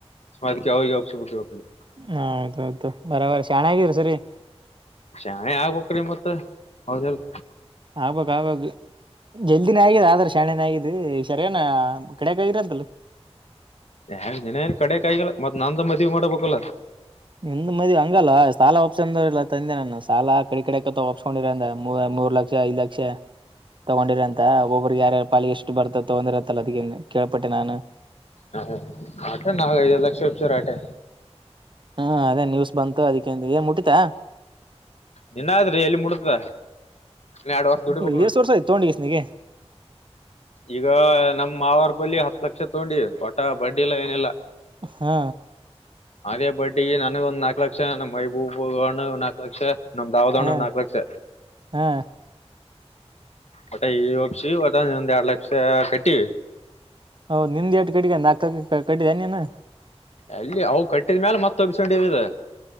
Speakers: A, on the left (about 75°); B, on the right (about 45°).
A: ಅದ್ಕೆ ಅವ್ರಿಗೆ ಒಪ್ಸ ಬಿಟ್ಟವಿ ಆಕಡೆ.
B: ಹ ಹೌದೌದು ಬರಾಬರಿ ಶಾಣಗಿರಿ ಈ ಸರಿ.
A: ಶಾಣೆ ಆಗ್ಬೇಕರಿ ಮತ್ತ ಹೌದ ಇಲ್.
B: ಆಗ್ಬೇಕು ಆಗ್ಬೇಕು. ಜಲ್ದಿನೇ ಆಗ್ಯಿದೆ ಆದ್ರೆ ಶಣೆನ ಆಗಿದ ಈ ಸರಿ ಎನಾ ಕಡ್ಯಕ ಆಗಿರಂತಲ್ಲ.
A: ಯನ್ ಇನ್ನ ಏನ್ ಕಡೆ ಕಾಗಿಲ್ಲ ಮತ್ತ್ ನಂದ್ ಮದ್ವಿ ಮಾಡಬೇಕಲ್ಲ.
B: ನಿಂದ ಮದವಿ ಹಂಗಲ್ಲ ಸಾಲ ಒಪ್ಸಂದು ತಂದೆ ನಾನ ಸಾಲ ಆಕಡೆ ಈಕಡೆಕ ಒಪ್ಸ್ಕೊಂಡಿರಂದ ಮೂವ. ಮೂರು ಲಕ್ಷ ಐದ್ ಲಕ್ಷ. ತಗೊಂಡಿರ ಅಂತ ಒಬ್ಬ್ರಗ್ ಯಾರ್ಯಾರ ಪಾಲಿ ಎಷ್ಟು ಬರ್ತ ತಗೊಂಡಿರ ಅಂತಲ್ಲ ಅದಕ್ಕ ಕೇಳ್ಪಟ್ಟೆ ನಾನು.
A: ಹಾ ಆಟ ನಾಗ ಐದೈದು ಲಕ್ಷ ರೂಪಯಿ ಒಪ್ಸಾರ ಆಟೆ.
B: ಹ್ಮ ಅದೇ ನೀವ್ಸ್ ಬಂತು ಅದಕ್ಕ ಅಂದಿವಿ ಏನ್ ಮುಟ್ಟಿತ.
A: ನಿನ್ನಾದ್ರಿ ಎಲ್ಲಿ ಮುಡತದ ಇನ್ನ ಎರಡ್ ವರ್ಷ ದುಡಿಬೇಕ್
B: ಹೆಸ್
A: ನೋಡ್
B: ವರ್ಷ ಆಯ್ತು ತಗೊಂಡಿಗೆಸಿ. ನಗೆ.
A: ಈಗ ನಮ್ ಮಾವಾರ್ ಬಲ್ಲಿ ಹತ್ ಲಕ್ಷ ತಗೊಂಡಿ ಹೊಟ ಬಡ್ಡಿಲ್ಲ ಏನಿಲ್ಲ.
B: ಹಾ.
A: ಅದೇ ಬಡ್ಡಿಗೆ ನನಗ ಒಂದ್ ನಾಕ್ ಲಕ್ಷ ನಮ್ ಮೈಬೂಬ್ಬಣ ನಾಕು ಲಕ್ಷ. ನಮ್ ದಾವದಾಣ್ಣನು
B: ಹಾ
A: ನಾಲ್ಕು ಲಕ್ಷ.
B: ಹಾ
A: ಒಟ ಈಗ ಒಪ್ಸಿವಿ ಒಟ್ ಒಂದ್ ಎರಡ್ ಲಕ್ಷ ಕಟ್ಟಿವಿ.
B: ಹೌದು ನಿಂದ್ ಎಟು ಕಟ್ಟಿಗೆಂಡಿದಿ ನಾಕ ಕಟ್ಟಿದ ಏನು ನೀನು.
A: ಎಲ್ಲಿ ಅವು ಕಟ್ಟಿದ್ಮೇಲ ಮತ್ತ ಒಪ್ಸಿಕೊಂಡಿವಿ ಇದು.